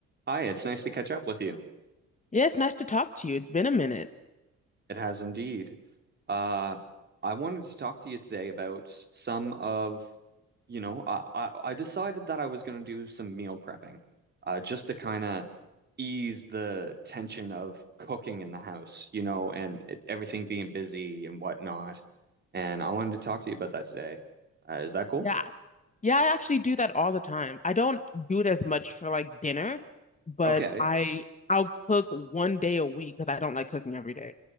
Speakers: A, on the right; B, on the left.
A: Hi, it's nice to catch up with you.
B: Yes, nice to talk to you. It's been a minute.
A: It has indeed. Uh, I wanted to talk to you today about some of, you know, I, I, I decided that I was going to do some meal prepping, uh, just to kind of ease the tension of cooking in the house, you know, and it, everything being busy and whatnot. And I wanted to talk to you about that today. Uh, is that cool?
B: Yeah. Yeah, I actually do that all the time. I don't do it as much for like dinner, but
A: Okay.
B: I I'll cook one day a week because I don't like cooking every day.